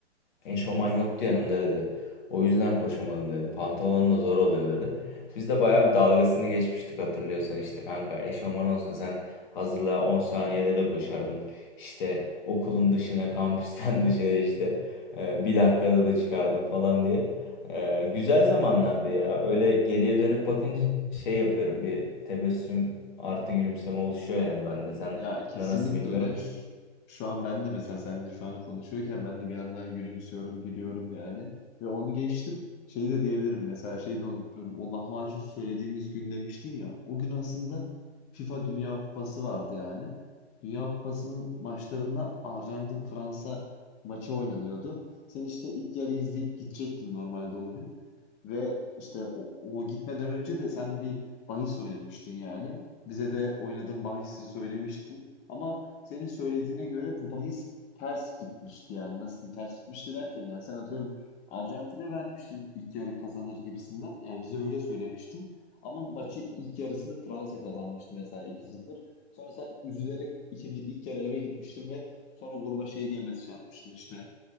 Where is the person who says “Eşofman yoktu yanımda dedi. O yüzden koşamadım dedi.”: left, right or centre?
Left